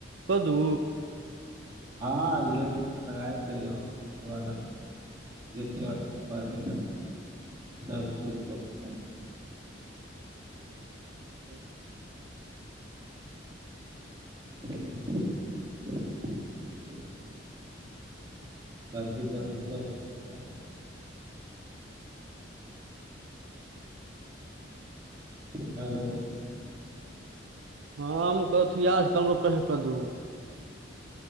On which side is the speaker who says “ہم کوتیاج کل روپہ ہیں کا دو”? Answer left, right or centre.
Right